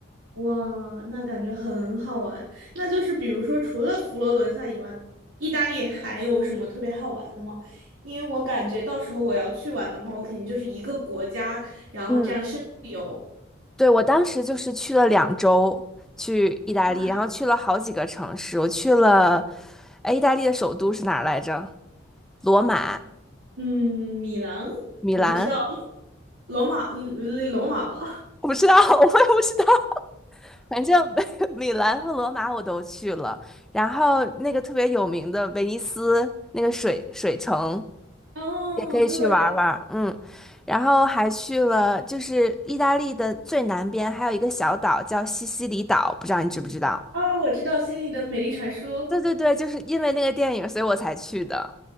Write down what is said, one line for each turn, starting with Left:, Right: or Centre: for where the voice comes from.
Right: 哇，那感觉很好玩。那就是比如说，除了佛罗伦萨以外，意大利还有什么特别好玩的吗？因为我感觉到时候我要去玩的话，我肯定就是一个国家，然后这样深度游。
Centre: 嗯。对，我当时就是去了两周，去意大利，
Right: 哇。
Centre: 然后去了好几个城市。我去了，哎，意大利的首都是哪儿来着？罗马、
Right: 嗯，米兰，
Centre: 米兰，
Right: 我不知道，罗马，嗯罗马吧？
Centre: 我不知道，<laughs> 我也不知道。反正 <laughs> 米兰和罗马我都去了，然后那个特别有名的威尼斯那个水水城
Right: 哦，
Centre: 也可以去玩儿玩儿嗯，
Right: 对，
Centre: 然后还去了就是意大利的最南边还有一个小岛叫西西里岛，不知道你知不知道？
Right: 哦，我知道《心里的美丽传说》。
Centre: 对对对，就是因为那个电影，所以我才去的。